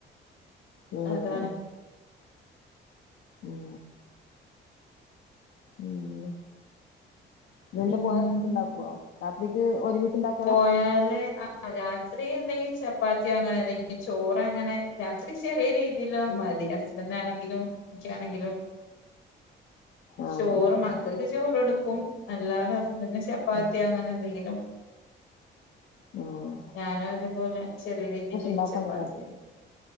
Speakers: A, on the left; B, on the left.
A: ഉം
B: അതാണ്
A: ഉം ഉം ന്നിട്ട്
B: പിന്നെ
A: പോയ ഫുഡ് ഉണ്ടാക്കുവോ രാത്രിക്ക് ഒരുമിച്ച് ഉണ്ടാക്കലാ
B: പോയാല് ആ ആഹ് രാത്രി എന്തെങ്കിലും ചപ്പാത്തിയോ അങ്ങനെ എന്തെങ്കിലും ചോറ് അങ്ങനെ രാത്രി ചെറിയ രീതിൽ മതിയാ ഹസ്ബന്റ് ആണെങ്കിലും ഇനിക്കാണെങ്കിലും.
A: ആഹ്
B: ചോറ് മക്കൾക്ക് ചോറ് കൊടുക്കും അല്ലാതെ ഹസ്ബൻഡിന് ചപ്പാത്തിയോ
A: ഉം
B: അങ്ങനെ എന്തെങ്കിലും
A: ആഹ്
B: ഞാനും അതേപോലെ ചെറിയ രീതില്
A: ഉണ്ടാക്കണല്ലേ
B: ചപ്പാത്തിയ